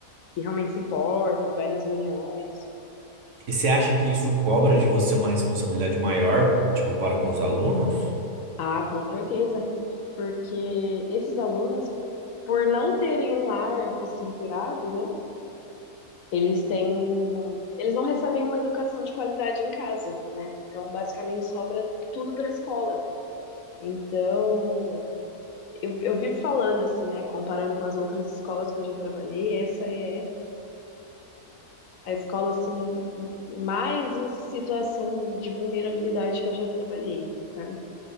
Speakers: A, on the left (about 65°); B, on the right (about 60°).
A: que realmente se importa, que vai nas reuniões.
B: e você acha que isso cobra de você uma responsabilidade maior, tipo, para com os alunos?
A: Ah, com certeza, porque esses alunos, por não terem um lar estruturado, né? Eles têm, eles não recebem uma educação de qualidade em casa, né? Então, basicamente, sobra tudo para a escola. Então, eu, eu vivo falando assim, né? Comparando com as outras escolas que eu já trabalhei, essa é a escola assim mais em situação de vulnerabilidade que eu já trabalhei, sabe?